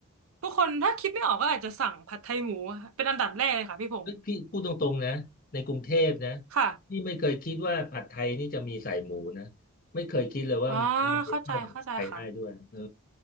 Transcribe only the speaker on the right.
ผู้คนถ้าคิดไม่ออกก็อาจจะสั่งผัดไทยหมูเป็นอันดับแรกเลยค่ะพี่พงศ์
ค่ะ
อ่าเข้าใจเข้าใจค่ะ